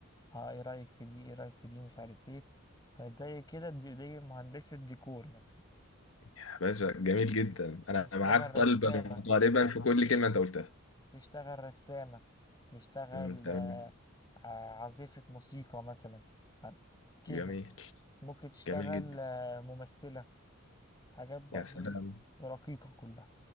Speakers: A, on the left; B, on the left.
A: اه ايه رأيك في دي ايه رأيك في دي مش عارف ايه فزي كده دي دي مهندسة ديكور مثلا
B: يا باشا
A: اوكي
B: جميل جدا انا
A: تشتغل
B: معاك
A: رسامة
B: قلبا وقالبا في كل كلمه انت قلتها
A: تشتغل رسامة تشتغل
B: أمم، تمام
A: آه، آه، عازفة موسيقى مثلا عن- كده
B: جميل
A: ممكن تشتغل
B: جميل جدا
A: آه، ممثلة حاجات برضو
B: يا سلام
A: ايه رقيقة كلها